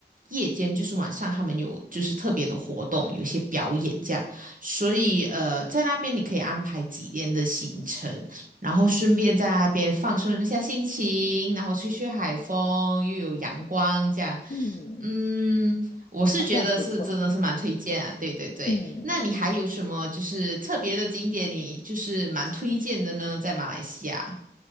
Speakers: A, on the right (about 50°); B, on the left (about 40°).
A: 夜间就是晚上他们有就是特别的活动，有一些表演这样，所以呃在那边你可以安排几天的行程，然后顺便在那边放松一下心情，然后吹吹海风，又有阳光这样。
B: 嗯，
A: 嗯，我是觉得是真的是蛮推荐啊，
B: 好像很不错。
A: 对对对。
B: 嗯，
A: 那你还有什么就是特别的景点，你就是蛮推荐的呢？在马来西亚。